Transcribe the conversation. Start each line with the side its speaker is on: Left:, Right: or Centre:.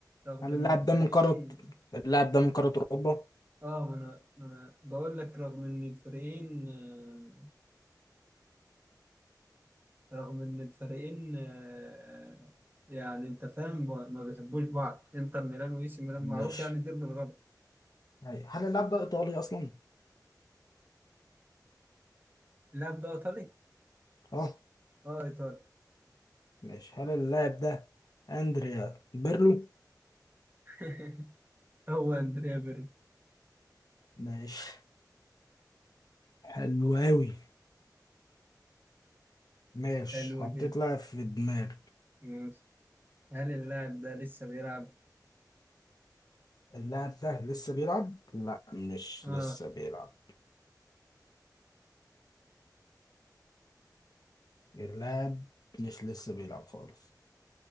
Right: رغم
Left: هل
Right: إن
Left: اللاعب
Right: الفريقين
Left: ده من قارة اللاعب ده من قارة أوروبا؟
Right: اه ما أنا ما أنا بقول لك رغم إن الفريقين آه، رغم إن الفريقين آه، يعني أنت فاهم ب- ما بيحبوش بعض إنتر ميلان وإي سي ميلان معروف
Left: ماشي
Right: يعني الدير بالغلط
Left: أي- هل اللاعب ده إيطالي أصلا؟
Right: اللاعب ده إيطالي؟
Left: أه
Right: اه إيطالي
Left: ماشي هل اللاعب ده أندريا بيرلو؟
Right: <laughs> هو أندريا بيرلو
Left: ماشي حلو أوي ماشي
Right: حلو
Left: حطيت
Right: جدا
Left: لاعب في دماغي
Right: ماشي هل اللاعب ده لسه بيلعب؟
Left: اللاعب ده لسه بيلعب؟ لا مش
Right: اه
Left: لسه بيلعب اللاعب مش لسه بيلعب خالص